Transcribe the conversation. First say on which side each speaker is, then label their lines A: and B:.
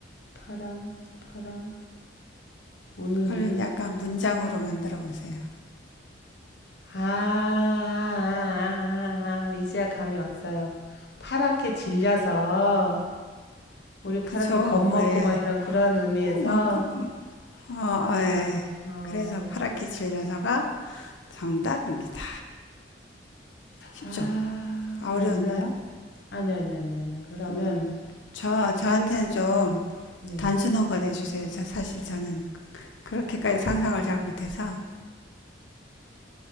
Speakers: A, on the left; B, on the left.
A: 파랑 파랑 우는
B: 그걸
A: 이유.
B: 약간 문장으로 만들어 보세요.
A: 아, 아, 아, 아, 이제야 감이 왔어요. 파랗게 질려서 우리 파랗게
B: 그쵸?
A: 겁먹고
B: 우리
A: 막 이런 그런 의미에서
B: 어, 그, 어, 어, 예.
A: 어,
B: 그래서 파랗게 질려서가 정답입니다. 쉽죠?
A: 아,
B: 아
A: 그러면
B: 어려웠나요?
A: 아니 아니 아니 아니 그러면
B: 음, 저 저한테는 좀
A: 네네.
B: 단순한
A: 음,
B: 거 내주세요. 저 사실 저는 그렇게까지 상상을 잘 못해서